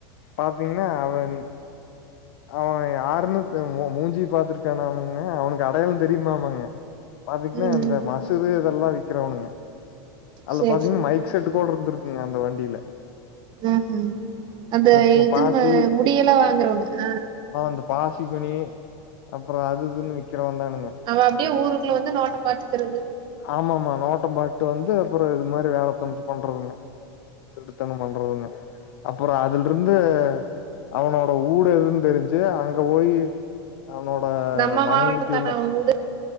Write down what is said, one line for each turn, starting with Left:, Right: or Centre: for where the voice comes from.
Left: பாத்தீங்கன்னா அவங் அவன் யாருன்னு மூஞ்சி பார்த்திருக்கானாம்ங்க அவுனுக்கு அடையாளோ தெரியுமாமங்க பாத்தீங்கன்னா
Right: ம்
Left: இந்த
Right: ம்
Left: மசுரு இதெல்லா விக்கிறவனுங்க அதுல
Right: சேரி
Left: பாத்தீங்கன்னா
Right: சேரி
Left: மைக் செட் கூட இருந்திருக்குங்க அந்த வண்டில
Right: ம்ஹும் அந்த
Left: பு
Right: இது
Left: பாசி
Right: ம முடியெல்லா வாங்குறவங்க ஆ
Left: இந்த பாசி மணி அப்றோ அது இதுன்னு விக்கிறவதானுங்
Right: அவன் அப்டியே ஊருக்குள்ள வந்து நோட்டம் பாத்துக்குறது
Left: ஆமாமா. நோட்டம் பாட்டு வந்து அப்றோ இந்த மாரி வேலை தனத்த பண்றதுங்க திருட்டுத்தணம் பண்றதுங்க அப்றோ அதில் ட்டுருந்து அவனோட வூடு எதுன்னு தெரிஞ்சு அங்க போயி அவனோட
Right: நம்ம
Left: மனைவிகிட்டயல்லா
Right: மாவட்டம் தான அவ ஊடு